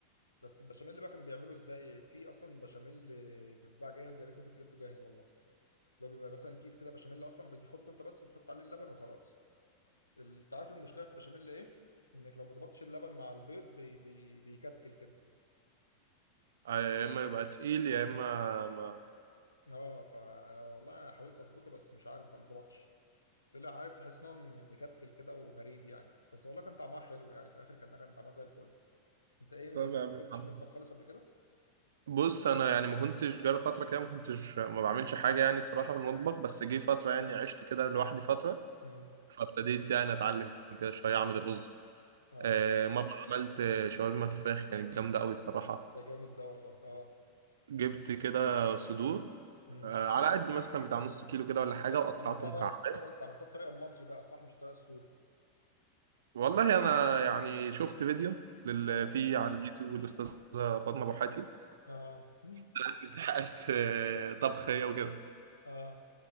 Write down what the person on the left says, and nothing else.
بس البشاميل بقى كان بيعمله ازاي في اصلا بشاميل آه، بيتباع جاهز يا ريتني كنت جبته جاهز والله اللي هو بيبقى مثلا كيس كده بشاميل اصلا بتحطه انت بس وبتحط عليه اللبن وخلاص ال- انت عارف المشكله في البشاميل ايه انك لو ما ظبطتش اللبن مع البيض بي بي بيكتل كده
اه فانا والله حاولت اظبطه بس مش عارف بقى ما ظبطش طلع عارف تحس ان هو م- مكتل كده وغريب يعني بس والله كان طعمها حلو يعني في الاخر كان كان طعمها زي الفل انت ايه
ما
دخلتش
المطبخ خالص قبل كده
امم
اه
ده جامد ده والله اه
امم
عملتها
بقى ابتسامة بس عملتها الطريقه المصري بقى صح مش الطريقه السوري
اه
اه مم.
اه